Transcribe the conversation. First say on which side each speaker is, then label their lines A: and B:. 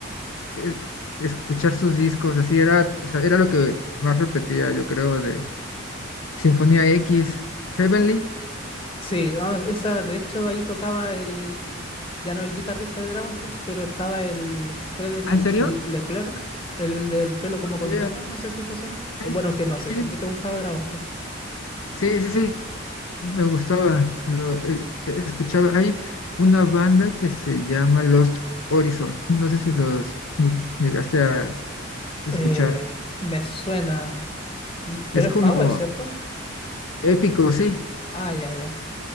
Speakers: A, on the left; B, on the left.
A: eh, escuchar sus discos. Así era, o sea, era lo que más repetía, yo creo, de Sinfonía X, Heavenly.
B: Sí, ah, esa, de hecho, ahí tocaba el ya no es guitarrista de Dragon Force, pero estaba el Frédéric
A: ¿Ah, ¿En serio?
B: Le- Leclerc, el del pelo como con
A: Yeah.
B: rulos, no sé si te suena.
A: Sí,
B: O bueno, es que no sé
A: sí,
B: si es que te gustaba Dragon Force.
A: sí, sí. sí, Me gustaba. Lo eh, eh, escuchaba. Hay una banda que se llama Lost Horizon. No sé si los llegaste a escuchar.
B: Eh, me suena, mm, pero
A: Es como
B: es Power, ¿cierto?
A: épico, sí.
B: Ah, ya, ya.